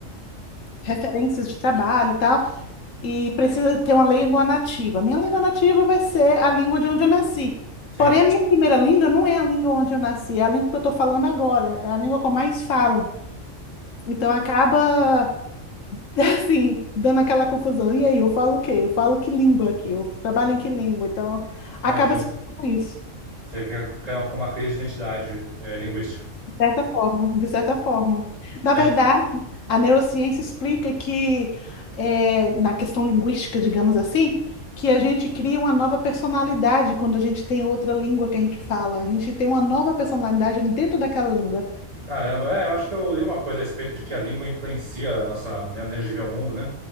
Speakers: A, on the left; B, on the right.
A: referências de trabalho e tal, e precisa ter uma língua nativa. Minha língua nativa vai ser a língua de onde eu nasci.
B: sim,
A: Porém, a minha primeira língua não é a língua onde eu nasci, é a língua que eu estou falando agora, é a língua que eu mais falo. Então, acaba, <laughs> assim, dando aquela confusão. E aí, eu falo o quê? Eu falo que língua aqui? Eu trabalho em que língua? Então, acaba
B: imagino.
A: se tornando isso.
B: Você fica com com uma crise de identidade, é, linguística.
A: certa forma, de certa forma. Na
B: É,
A: verdade,
B: sim.
A: a neurociência explica que, eh, na questão linguística, digamos assim, que a gente cria uma nova personalidade quando a gente tem outra língua que a gente fala. A gente tem uma nova personalidade dentro daquela língua.
B: caramba, é, eu acho que eu li uma coisa a respeito de que a língua influencia a nossa maneira de ver o mundo, né?